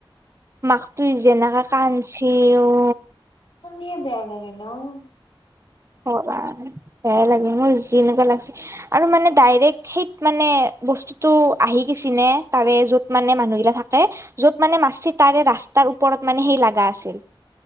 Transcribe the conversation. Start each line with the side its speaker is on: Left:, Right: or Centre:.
Right: মাকতুই জেনেকা কান্দচি। যিও,
Left: শুনিয়ে বেয়া লাগে ন',?
Right: কবা আৰ বেয়া লাগে মোৰ যিনেকুৱা লাগছে আৰু মানে ডাইৰেক্ট সেইত মানে বস্তুতটো আহি গেচি নে তাৰে য'ত মানে মানুহগিলা থাকে, য'ত মানে মাৰচি তাৰে ৰাস্তাৰ ওপৰত মানে সেই লাগা আছিল,